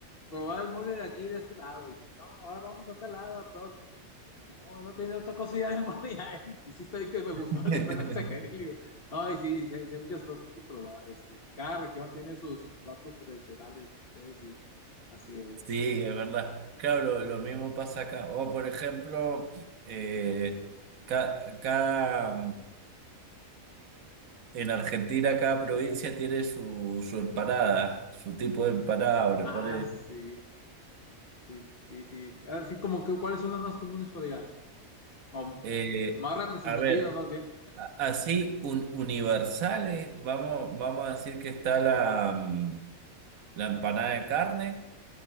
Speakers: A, on the left; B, on the right.
A: probar el mole de aquí, de este lado. Y no, ahora vamos a tal lado a probar. Dije, no, no tiene otra cosa ya de mole. ya, eh. Sí, sí, estoy que me
B: <laughs>
A: gustó, <laughs> le digo, pero exageré. le digo. Ay, sí, sí, hay sí hay muchas cosas que probar. Este, cada región tiene sus, sus platos tradicionales, es decir, así es.
B: Sí, es verdad. Claro, lo, lo mismo pasa acá. O, por ejemplo, eh, ca- cada, En Argentina cada provincia tiene su, su empanada, su tipo de empanada, o le
A: Ah,
B: pone...
A: sí. Sí, sí, sí. Así como que, ¿cuáles son las más comunes por allá? O
B: eh,
A: más representativas,
B: a ver,
A: más bien.
B: a- así un- universales, vamos, vamos a decir que está la, mm, la empanada de carne.